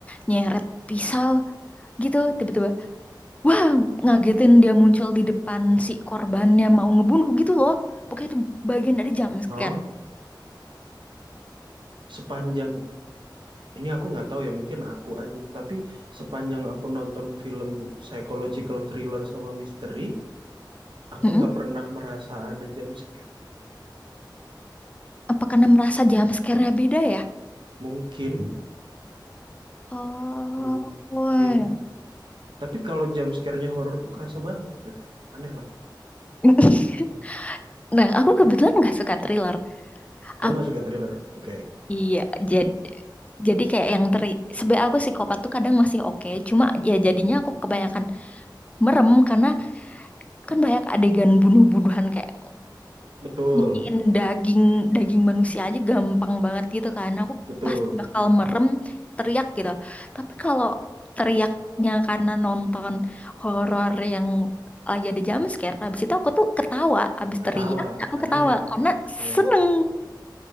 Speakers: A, on the left; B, on the right.
A: nyeret pisau gitu tiba-tiba wah ngagetin dia muncul di depan si korbannya mau ngebunuh gitu loh pokoknya itu bagian dari jump scare
B: Hah? Sepanjang Ini aku nggak tahu ya, mungkin aku aja. Tapi sepanjang aku nonton film psychological thriller sama misteri, aku
A: Mm-mm.
B: nggak pernah merasa ada jump scare.
A: apa karena merasa jump scare-nya beda ya
B: Mungkin,
A: oh
B: mungkin.
A: wah.
B: Tapi kalau jump scare-nya horor tuh kerasa banget gitu. Aneh lah.
A: <laughs> nah aku kebetulan nggak suka thriller
B: Kamu
A: aku
B: nggak suka thriller? Oke.
A: iya jadi jadi kayak yang teri sebenarnya aku psikopat tuh kadang masih oke cuma ya jadinya aku kebanyakan merem karena kan banyak adegan bunuh-bunuhan kayak
B: Betul,
A: nyisiin daging daging manusia aja gampang banget gitu kan aku
B: betul.
A: pasti bakal merem teriak gitu tapi kalau teriaknya karena nonton horor yang lagi ada jumpscare habis itu aku tuh ketawa habis
B: Ketawa.
A: teriak aku
B: Aneh
A: ketawa
B: ya.
A: karena
B: Ya.
A: seneng